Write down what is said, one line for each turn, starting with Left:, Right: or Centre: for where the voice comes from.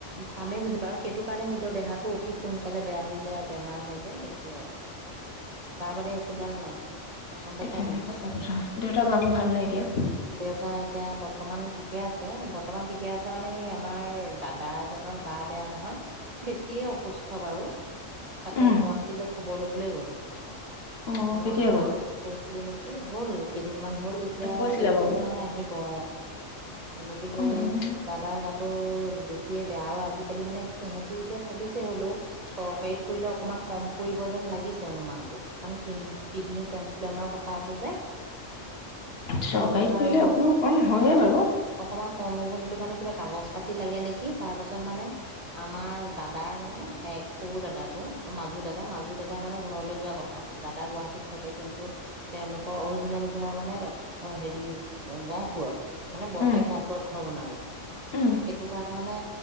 Right: কামেই বুজি পায় আৰু সেইটো কাৰণে নিজৰ দেহাটো অতি সোনকালে বেয়া হৈ যায় আৰু বেমাৰ হৈ যায়। যে এইটোৱে আৰু। তাৰ বাদে একোডাল নাই। গম পাইছা
Left: সেইকাৰণে
Right: নাই
Left: সঁচা কথা দেউতা গা মূৰ ভাল নাই এতিয়া।
Right: দেউতা এতিয়া বৰ্তমান ঠিকে আছে, বৰ্তমান ঠিকে আছে মানে এই আমাৰ দাদা এজনৰ গা বেয়া নহয় বেছিয়ে অসুস্থ বাৰু তাতে
Left: উম,
Right: গুৱাহাটীলৈ খ খবৰ ল'বলৈ গ'ল
Left: অ'
Right: মই
Left: কেতিয়া
Right: আপোনাক
Left: গ'ল?
Right: কৈছিলো নেকি? হ'ল কেইদিনমান। হল এতিয়া
Left: কৈছিলে
Right: পৰহিলে
Left: বাৰু
Right: মানে আহিব অ গতিকে
Left: উম,
Right: দাদাৰ গাটো বেছ এ বেয়া আৰু আজিকালি মানে সিহেঁতি এতিয়া ভাবিছে হ'লেও চৰকাৰীত কৰিলে অকমান কম পৰিব যেন লাগিছে অনুমান। কাৰণ কিড কিডনীৰ ট্ৰেসপ্লেন্টৰ কথা আছে যে
Left: চৰকাৰীত
Right: সেইটো কাৰণে
Left: কৰিলে অকমান কম হয়ে বাৰু!
Right: অকণমান কম হ'ব সেইটো কাৰণে কিবা কাগজ পাতি লাগে নেকি তাৰ পিছত মানে আমাৰ দাদাৰ মানে ভাই সৰু দাদাটো মাজু দাদা- মাজু দাদা মানে ঘৰলৈ যোৱা কথ থা দাদা গুৱাহাটীত থাকে কিন্তু তেওঁলোকৰ অৰিজিনেল ঘৰ মানে অ হেৰি গহপুৰত। মানে বৰ্তাই
Left: উম,
Right: গহপুৰত ঘৰ বনালে।
Left: উম।
Right: সেইটোকাৰণে তাৰ মানে